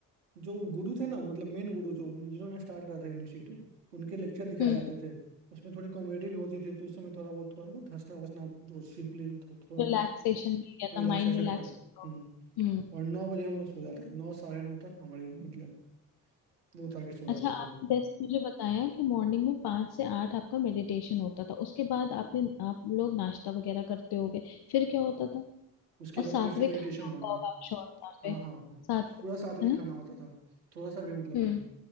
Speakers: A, on the right; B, on the left.
A: जो गुरु थे ना मतलब मेन गुरु जो जिन्होंने स्टार्ट करा था इनिशिएटिव उनके लेक्चर दिखाए
B: हम्म
A: जाते थे उसमें थोड़ी कॉमेडी भी होती थी तो उस समय थोड़ा बहुत थोड़ा बहुत हंसना वसना जो सिंपली थो, थोड़ा
B: रिलैक्सेशन
A: बहुत
B: मिल गया
A: रिलैक्सेशन
B: था माइंड रिलैक्स
A: टाइप
B: हो
A: हम्म
B: गया। हम्म
A: और नौ बजे हम लोग सो जाते थे नौ साढ़े नौ तक हमारी मतलब वो था कि सो जाते
B: अच्छा आपने
A: थे हम लोग
B: जैसे मुझे बताया कि मॉर्निंग में पाँच से आठ आपका मेडिटेशन होता था उसके बाद आपने आप लोग नाश्ता वगैरह करते होगे फिर क्या होता था
A: उसके
B: और
A: बाद
B: सात्विक
A: फिर से मेडिटेशन
B: खाना होता
A: हॉल में
B: होगा आप श्योर वहाँ
A: हाँ
B: पे
A: हाँ हाँ
B: सात्विक
A: पूरा सात्विक
B: है ना
A: खाना होता था थोड़ा सा भी मतलब
B: हम्म
A: नहीं